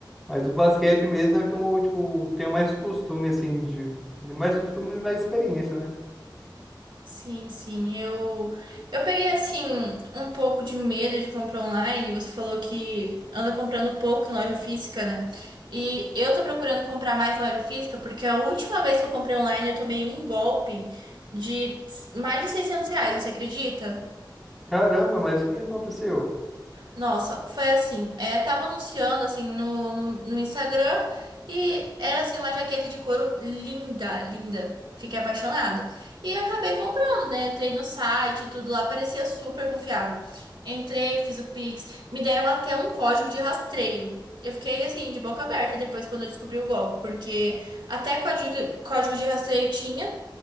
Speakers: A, in the centre; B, on the right.
A: Mas o basquete mesmo é que eu, tipo, tenho mais costume, assim, de, mais costume e mais experiência, né?
B: Sim, sim, eu eu peguei assim um pouco de medo de comprar online. Você falou que anda comprando pouco em loja física, né? E eu tô procurando comprar mais em loja física porque a última vez que eu comprei online eu tomei um golpe de mais de 600 reais, você acredita?
A: Caramba, mas o que que aconteceu?
B: Nossa, foi assim, é, tava anunciando assim no, no, no Instagram e era assim uma jaqueta de couro linda, linda. Fiquei apaixonada. E acabei comprando, né? Entrei no site, tudo lá parecia super confiável. Entrei, fiz o Pix, me deram até um código de rastreio. Eu fiquei assim de boca aberta depois quando eu descobri o golpe, porque até código, código de rastreio tinha